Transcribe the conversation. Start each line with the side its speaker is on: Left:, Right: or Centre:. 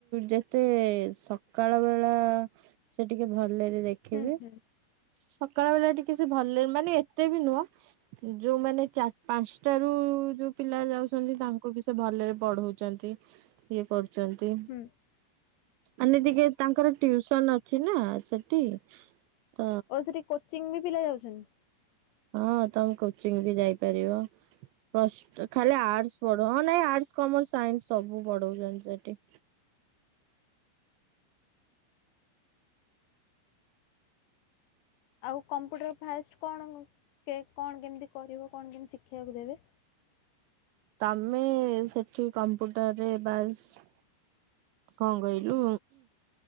Right: ଯେତେ ସକାଳ ବେଳା ସେ ଟିକେ ଭଲରେ ଦେଖିବେ।
Left: ହୁଁ ହୁଁ।
Right: ସକାଳ ବେଳା ଟିକେ ସେ ଭଲରେ ମାନେ ଏତେ ବି ନୁହଁ। ଯୋଉମାନେ ଚା ପାଞ୍ଚଟ ରୁ ଯୋଉ ପିଲା ଯାଉଛନ୍ତି ତାଙ୍କୁ ବି ସେ ଭଲରେ ପଢଉଛନ୍ତି। ଇଏ କରୁ ଚନ୍ତି।
Left: ହୁଁ
Right: ମାନେ ଟିକେ ତାଙ୍କର ଟିଉସନ ଅଛି ନା ସେଠି ତ
Left: ଓ ସେଠି କୋଚିଂ ବି ପିଲା ଯାଉଚନ୍ତି?
Right: ହଁ ତମେ କୋଚିଂ ବି ଯାଇପାରିବ। ଫଷ୍ଟ ଖାଲି ଆର୍ଟସ ପଢ଼ୁ ହଁ ନାଇଁ ଆର୍ଟସ କମର୍ସ ସାଇନ୍ସ ସବୁ ପଢଉଛନ୍ତି ସେଠି।
Left: ଆଉ କମ୍ପ୍ୟୁଟର ଫାଷ୍ଟ କଣ ଉଁ କେ କଣ କେମିତି କରିବ କଣ କେମିତି ଶିଖିବାକୁ ଦେବେ?
Right: ତମେ ସେଠି କମ୍ପ୍ୟୁଟରରେ ବାସ, କଣ କହିଲୁ?